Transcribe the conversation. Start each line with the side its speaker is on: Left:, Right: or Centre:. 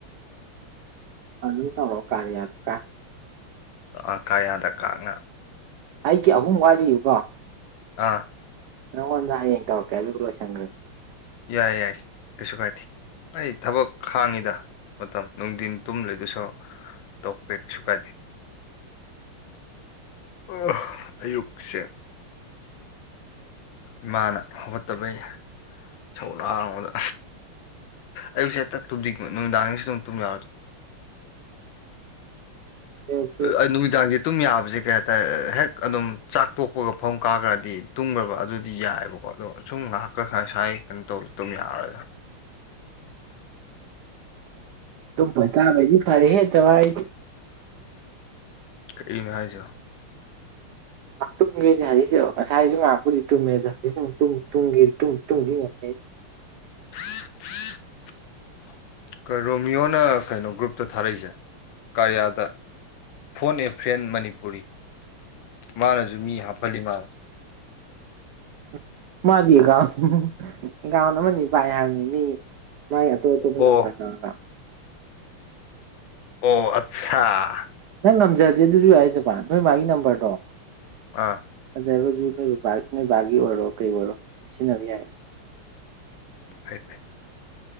Right: ꯑꯗꯨ ꯇꯧꯔꯛꯑꯣ ꯀꯔꯌꯥꯗ ꯀꯥ
Left: ꯑ ꯀꯔꯌꯥꯗ ꯀꯥꯉꯥ
Right: ꯑꯩꯒꯤ ꯑꯍꯨꯝ ꯋꯥꯠꯂꯤꯕꯀꯣ
Left: ꯑꯥ
Right: ꯅꯥꯉꯣꯟꯗ ꯍꯌꯦꯡ ꯇꯧꯔꯛꯀ‌ꯦ ꯑꯗꯨꯒ ꯂ‌ꯣꯏꯁꯟꯈꯔ
Left: ꯌꯥꯏ ꯌꯥꯏ ꯀꯩꯁꯨ ꯀꯥꯏꯗꯦ ꯑꯩ ꯊꯕꯛ ꯍꯥꯡꯉꯤꯗ ꯃꯇꯝ ꯅꯨꯡꯊꯤꯟ ꯇꯨꯝ ꯂꯩꯗꯨꯏ ꯁꯔꯨꯛ ꯇ‌ꯣꯛꯄ‌ꯦ ꯀꯩꯁꯨꯨ ꯀꯥꯗꯦ <unintelligible> ꯑꯌꯨꯛꯁꯦ ꯏꯃꯥꯅ ꯍꯧꯒꯠꯇꯕꯩ ꯏꯁꯧ ꯂꯥꯡꯕꯗ ꯑꯌꯨꯛꯁꯦ ꯍ‌ꯦꯛꯇ ꯇꯨꯝꯅꯤꯡꯕ ꯅꯨꯃꯤꯗꯥꯡꯒꯤꯁꯨ ꯑꯗꯨꯝ ꯇꯨꯝ ꯌꯥꯔ‌ꯣꯏꯗ
Right: ꯍꯧꯖꯤꯛꯁꯦ
Left: ꯑꯩ ꯅꯨꯃꯤꯗꯥꯡꯒꯤ ꯇꯨꯝ ꯌꯥꯕꯁꯦ ꯀꯩ ꯍꯥꯏꯇꯥꯔꯦ ꯍꯦꯛ ꯑꯗꯨꯝ ꯆꯥꯛ ꯇꯣꯛꯄꯒ ꯐꯃꯨꯡ ꯀꯥꯈ꯭ꯔꯗꯤ ꯇꯨꯝꯈ꯭ꯔꯕ ꯑꯗꯨꯗꯤ ꯌꯥꯏꯕꯀꯣ ꯑꯗꯣ ꯁꯨꯝ ꯉꯍꯥꯛꯀ ꯁꯥꯏ ꯁꯥꯏ ꯀꯩꯅꯣ ꯇꯧꯁꯤ ꯇꯨꯝ ꯌꯥꯔꯔ‌ꯣꯏ
Right: ꯇꯨꯝꯕꯒ ꯆꯥꯕꯒꯗꯤ ꯐꯔꯦ ꯍꯦ <unintelligible> ꯑꯩꯗꯤ
Left: ꯀꯔꯤꯅꯣ ꯍꯥꯏꯁ‌ꯣ
Right: ꯉꯥꯛ ꯇꯨꯝꯒꯦꯗꯤ ꯍꯧꯖꯤꯛꯁꯨ ꯉꯁꯥꯏꯁꯨ ꯉꯥꯏꯍꯛꯄꯨꯗꯤ ꯇꯨꯝꯃꯦ ꯑꯗ ꯍꯧꯖꯤꯛꯁꯨ ꯃꯨꯛ ꯇꯨꯝ ꯇꯨꯝ ꯇꯨꯝꯒ‌ꯦ <unintelligible>
Left: <unintelligible> ꯀ ꯔꯣꯃꯤꯌꯣꯅ ꯀꯩꯅꯣ ꯒ꯭ꯔꯨꯞꯇ ꯊꯥꯔꯛꯏꯁꯦ ꯀꯥꯔꯤꯌꯥꯗ ꯐꯣꯟ ꯑꯦꯐ꯭ꯔꯦꯟ ꯃꯅꯤꯄꯨꯔꯤ ꯃꯥꯅꯁꯨ ꯃꯤ ꯍꯥꯞꯐꯜꯂꯤ ꯃꯥꯜ
Right: ꯎ ꯃꯥꯗꯤ ꯑꯦꯀꯥꯎꯟ ꯑꯦꯀꯥꯎꯟ ꯑꯃꯅꯤ ꯄꯥꯏ ꯍꯥꯏꯕꯅꯤ ꯃꯤ ꯃꯥꯏ ꯑꯇ‌ꯣꯞ ꯑꯇꯣꯞꯕ
Left: ꯑꯣ
Right: ꯅꯝꯕꯔꯇꯒ
Left: ꯑꯣ ꯑꯠꯆꯥꯥ
Right: ꯅꯪ ꯉꯝꯖꯔꯗꯤ ꯑꯗꯨꯁꯨ ꯌꯥꯏꯖꯕ ꯅꯣꯏ ꯃꯥꯒꯤ ꯅꯝꯕꯔꯗꯣ
Left: ꯑꯥ
Right: ꯑꯗꯨꯠꯇ꯭ꯔꯒꯁꯨ ꯅꯣꯏꯕꯕ ꯅꯣꯏ ꯕꯕꯥꯒꯤ ꯑꯣꯏꯔꯣ ꯀꯩ ꯑꯣꯏꯔꯣ ꯑꯗꯨꯝ ꯁꯤꯖꯤꯟꯅꯕ ꯌꯥꯏ
Left: ꯐꯩ ꯐꯦ